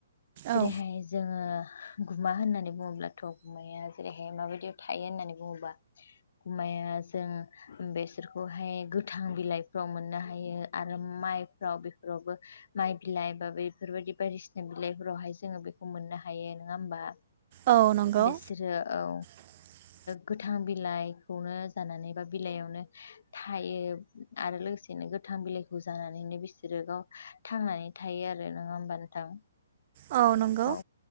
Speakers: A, on the left; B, on the right.
A: जेरैहाय
B: औ
A: जोङो गुमा होननानै बुङोब्लाथ' गुमाया जेरैहाय माबायदियाव थायो होननानै बुङोब्ला। गुमाया जों बेसोरखौहाय गोथां बिलाइफ्राव मोननो हायो आरो मा माइफ्राव बेफोरावबो माइ बिलाइ बा बै बेफोरबायदि बायदिसिना बिलाइफोरावहाय जोङो बेखौ मोननो हायो नङा ओमबा।
B: औ नंगौ
A: बिसोरो औ
B: <inaudible>
A: गोथां बिलाइखौनो जानानै बा बिलाइयावनो थायो आरो लोगोसे नो गोथां बिलाइखौ जानानैनो बिसोरो गाव थांनानै थायो। आरो नङा ओमबा नोंथां
B: औ नंगौ
A: औ